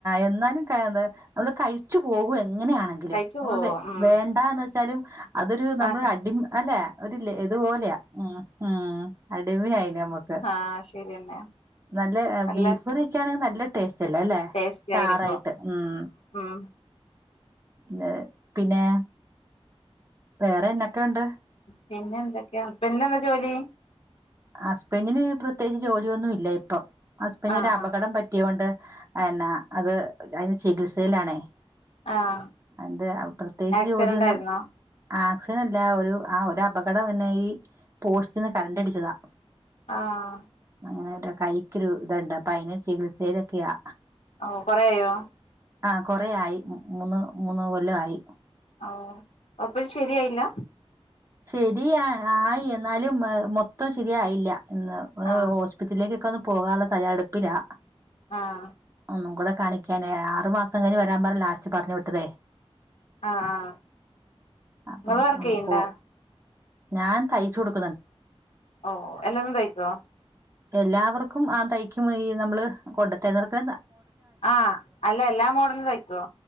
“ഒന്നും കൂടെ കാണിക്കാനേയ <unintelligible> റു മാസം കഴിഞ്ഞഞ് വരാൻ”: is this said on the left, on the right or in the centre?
Right